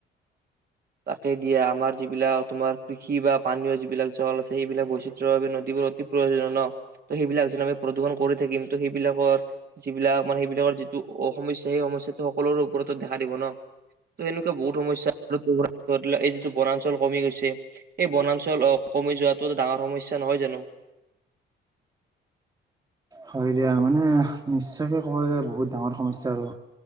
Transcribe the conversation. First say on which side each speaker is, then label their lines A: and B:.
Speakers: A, on the right; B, on the right.
A: তাকে দিয়া আমাৰ যিবিলাক তোমাৰ কৃষি বা পানীয় যিবিলাক জল আছে। সেইবিলাক বৈচিত্ৰয় ভাৱে নদীবোৰ অতি প্ৰয়োজনীয় ন ত সেইবিলাক য আমি প্ৰদূষণ কৰি থাকিম ত' সেইবিলাকৰ যিবিলাক মানে সেইবিলাকৰ যিটো সমস্যা সেই সমস্যটো সকলোৰে ওপৰতো দেখা দিব ন ত সেনেকুৱা বহুত সমস্য়াা ধৰি লওক এই যিটো বনাঞ্চল কমি গৈছে এই বনাঞ্চল আহ কমি যোৱাটো ডাঙৰ সমস্যা নহয় জানো।
B: হয় দিয়া মানে নিশ্চয়কে ক'বলে বহুত ডাঙৰ সমস্যা আৰু